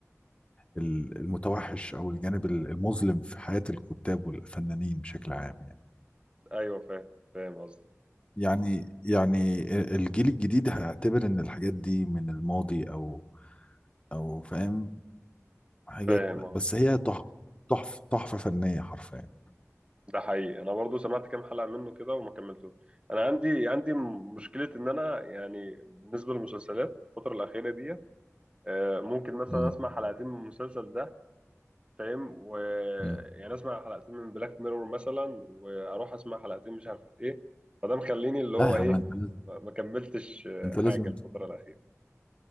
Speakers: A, on the left (about 20°); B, on the right (about 20°).
A: ال- المتوحش او الجانب ال- المظلم في حياة الكتاب والفنانين بشكل عام يعني
B: ايوه فاهم فاهم قصدي
A: يعني يعني الجيل الجديد هيعتبر ان الحاجات دي من الماضي او او فاهم حاجات
B: فاهم اه
A: بس هي تحفة تحفة تحفة فنية حرفيا
B: ده حقيقي انا برضو سمعت كام حلقه منه كده وما كملتوش انا عندي عندي م- مشكله ان انا يعني بالنسبه للمسلسلات الفتره الاخيره دي آه، ممكن مثلا
A: مم.
B: اسمع حلقتين من المسلسل ده فاهم ويعني
A: مم.
B: اسمع حلقتين من بلاك ميرور مثلا واروح اسمع حلقتين مش عارف ايه فده مخليني اللي هو
A: لا يا عم
B: ايه
A: انت لاز-
B: ما ما كملتش آه،
A: انت
B: حاجه
A: لازم
B: الفتره الاخيره